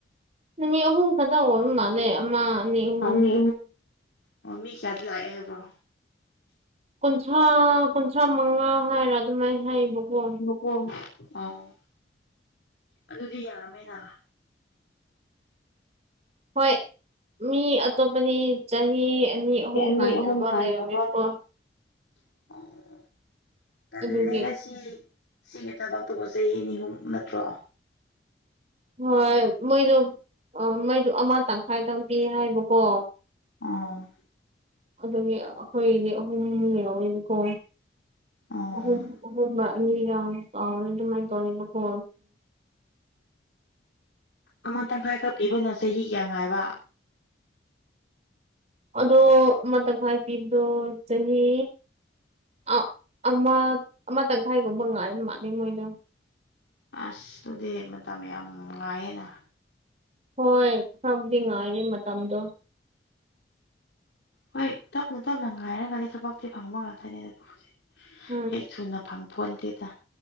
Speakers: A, on the right; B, on the left.
A: ꯅꯨꯃꯤꯠ ꯑꯍꯨꯝ ꯈꯖꯅ ꯑꯣꯏ ꯃꯥꯜꯂꯦ ꯑꯃ ꯑꯅꯤ ꯑꯍꯨꯝ
B: ꯅꯤ ꯑꯣ ꯃꯤ ꯀꯌꯥꯗꯤ ꯂꯥꯛꯑꯦ ꯍꯥꯏꯕ꯭ꯔꯣ
A: ꯀꯨꯟꯊ꯭ꯔꯥ ꯀꯨꯟꯊ꯭ꯔꯥ ꯃꯉꯥ ꯍꯥꯏꯔ ꯑꯗꯨꯃꯥꯏꯅ ꯍꯩꯕꯀꯣ
B: ꯑꯣ ꯑꯣ ꯑꯗꯨꯗꯤ ꯌꯥꯝꯃꯦꯅ
A: ꯍꯣꯏ ꯃꯤ ꯑꯇꯣꯞꯄꯗꯤ ꯆꯍꯤ ꯑꯅꯤ ꯑꯍꯨꯝ
B: ꯑꯅꯤ
A: ꯉꯥꯏꯅꯕ
B: ꯑꯍꯨꯝ ꯉꯥꯏꯅꯕ
A: ꯂꯩꯔꯝꯃꯦꯕꯀꯣ
B: ꯂꯩꯔꯝꯃꯣ ꯑꯣ ꯇꯂꯦꯅꯁꯤ
A: ꯑꯗꯨꯒꯤ
B: ꯁꯤꯒꯤ ꯊꯕꯛꯇꯧꯕ ꯆꯍꯤ ꯑꯅꯤ ꯑꯍꯨꯨꯝ ꯅꯠꯇ꯭ꯔꯣ
A: ꯍꯣꯏ ꯃꯣꯏꯗꯣ ꯃꯣꯏꯗꯣ ꯑꯃ ꯇꯪꯈꯥꯏꯗꯪ ꯄꯤ ꯍꯥꯏꯕꯀꯣ
B: ꯑ
A: ꯑꯗꯨꯒꯤ ꯑꯩꯈꯣꯏꯗꯤ ꯑꯍꯨꯝ ꯌꯥꯎꯋꯕꯀꯣ
B: ꯑꯣ
A: ꯍ ꯍꯔ ꯀꯥꯎ ꯑꯗꯨ ꯃꯥꯏ ꯇꯧꯅꯤꯕ ꯐꯣ
B: ꯑꯃ ꯇꯪꯈꯥꯏ ꯀꯛ ꯄꯤꯕꯅꯣ ꯆꯍꯤ ꯀ꯭ꯌꯥ ꯉꯥꯏꯕ
A: ꯑꯗꯣ ꯑꯃ ꯇꯪꯈꯥꯏ ꯄꯤꯕꯗꯣ ꯆꯍꯤ ꯑ ꯑꯃ ꯑꯃ ꯇꯪꯈꯥꯏꯒꯨꯝꯕ ꯉꯥꯏ ꯃꯥꯅꯤ ꯃꯣꯏꯗꯣ
B: ꯑꯁꯇꯨꯗꯤ ꯃꯇꯝ ꯌꯥꯝ ꯉꯥꯏꯌꯦꯅ
A: ꯍꯣꯏ ꯍꯥꯞꯗꯤ ꯉꯥꯏꯔꯤꯦ ꯃꯇꯝꯗꯣ
B: ꯍꯣꯏ ꯇꯞꯅ ꯇꯞꯅ ꯉꯥꯏꯔꯒꯗꯤ ꯊꯕꯛꯇꯤ ꯐꯪꯕ ꯉꯥꯛꯇꯅꯦ ꯑꯗꯨ ꯍꯧꯖꯤ
A: ꯎꯝ
B: ꯍꯦꯛ ꯊꯨꯅ ꯐꯪ ꯐꯣꯟꯗꯦꯗ